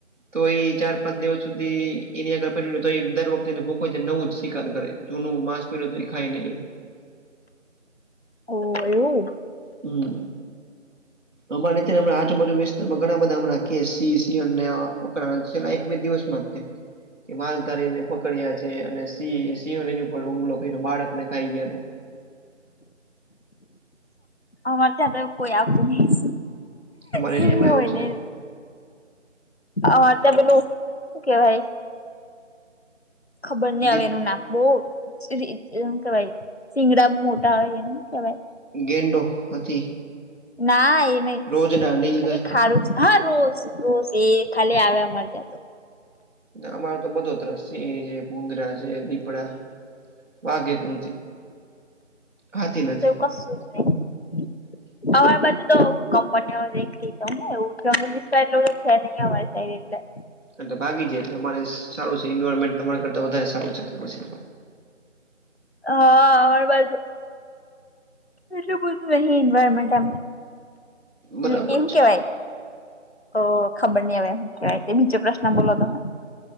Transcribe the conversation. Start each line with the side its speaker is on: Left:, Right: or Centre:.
Right: તો એ ચાર પાંચ દિવસ સુધી. એની આગર પેર તો એ દર વખતે એને ભૂખ લાગે નવું જ શિકાર કરે જૂનું માંસ પડર્યું તો એ ખાય નહીં.
Left: ઓ એવું.
Right: હમ. અમારે હમણા આજુબાજુના વિસ્તારમાં ઘણા બધા હમણા કે સિંહ સિંહણ છેલ્લા એક બે દિવસ મા જ તે. કે માલધારીને પકડ્યા છે અને સિંહણે એમની ઉપર હુમલો કર્યો બાળકને ખાઈ ગયાને.
Left: અમારે ત્યાં કોઈ આવતું નહિં.
Right: અમારા
Left: સિંહ
Right: એરિયામાં
Left: હોયને
Right: એવું છે
Left: અમારે તો પેલું શું કેવાય. ખબર નઈ
Right: દીપ
Left: હવે એનું નામ બોવ શું કેવાય સીંગડા મોટા હોય એને શું કેવાય?
Right: ગેંડો, હાથી,
Left: ના એ નહી
Right: રોજડા નીલગાય
Left: કાંઈક સારુ છે. હા રોઝ રોઝ એ ખાલી આવે અમારે ત્યાં તો
Right: અમારો તો બધો ત્રાસ સિંહ છે. ભુંદડા છે દીપડા વાઘ એક નથી હાથી નથી.
Left: બું <unintelligible>
Right: <inaudible>
Left: અર બાજુ તો કંપનીઓ દેખ ત એવ જંગલ વિસ્ાર એટલો બ છે નહી અરી સાઈડ એટલે <unintelligible>
Right: અને ભાગી જાય એટલે અમારે સારું છે ઈન્વાયરમેન્ટ તમારા કરતા વધારે સારું છે તો પછી.
Left: હા અમારી બાજુ. એટલું બધું નહિ એન્વાયરમેન્ટ આમ
Right: બરાબર
Left: એલે કે એમ
Right: છે
Left: કેવાય. તો ખબર નહી હવે એમું કહેવાય બીજો પ્રશ્ન બોલો તમે.